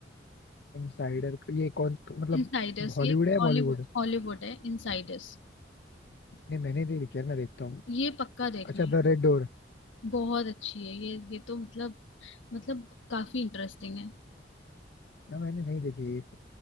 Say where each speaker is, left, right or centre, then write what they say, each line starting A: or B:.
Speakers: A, on the left; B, on the left.
A: इनसाइडर ये कौन मतलब
B: इनसाइडर्स
A: हॉलीवुड
B: ये
A: है
B: हॉलीवुड
A: बॉलीवुड
B: हॉलीवुड है इनसाइडर्स
A: नहीं मैंने नहीं देखी यार मैं देखता हूँ
B: ये पक्का देखना
A: अच्छा
B: है
A: द रेड डोर
B: बहुत अच्छी है ये ये तो मतलब मतलब काफी इंटरेस्टिंग है
A: यार मैंने नहीं देखी ये